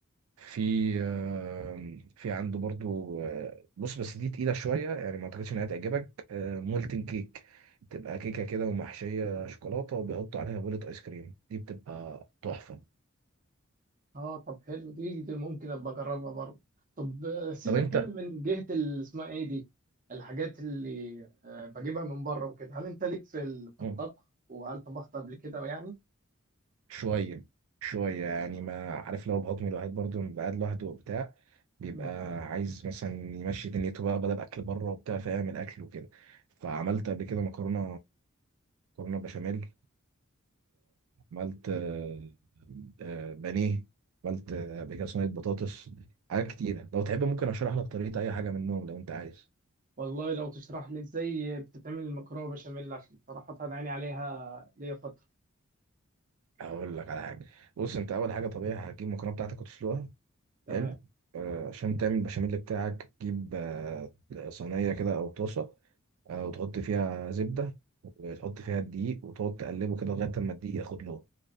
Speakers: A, on the right (about 75°); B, on the right (about 40°).
A: في آه في عنده برضه آه بص بس دي تقيله شويه يعني ما اعتقدش انها تعجبك آه مولتن كيك تبقى كيكه كده ومحشيه شوكولاته وبيحطوا عليها بولة ايس كريم دي بتبقى تحفه
B: اه طب حلو دي, دي ممكن ابقى اجربها برضو طب آه، سيبك
A: طب انت
B: كده من جهه ال- اسمها ايه دي الحاجات اللي آه، بجيبها من بره وكده هل انت ليك في ال- في الطبخ
A: مم.
B: وهل طبخت قبل كده يعني
A: شوية شوية يعني ما عارف لو بحكم الواحد برضه بيبقى قاعد لوحده وبتاع بيبقى
B: مم.
A: عايز مثلا يمشي دنيته بقى بدل أكل بره وبتاع فيعمل أكل وكده فعملت قبل كده مكرونة مكرونة بشاميل عملت آه، آه، بانيه عملت آه، قبل كده صينية بطاطس حاجات كتيرة لو تحب ممكن أشرح لك طريقة أي حاجة منهم لو أنت عايز
B: والله لو تشرح لي ازاي بتتعمل المكرونه بشاميل عشان صراحه انا عيني عليها ليا فتره
A: أقول لك على حاجة بص أنت أول حاجة طبيعي هتجيب المكرونة بتاعتك وتسلقها
B: تمام
A: حلو آه، عشان تعمل البشاميل بتاعك تجيب آه، صينية كده أو طاسة آه، وتحط فيها زبدة وتحط فيها الدقيق وتقعد تقلبه كده لغاية ما الدقيق ياخد لون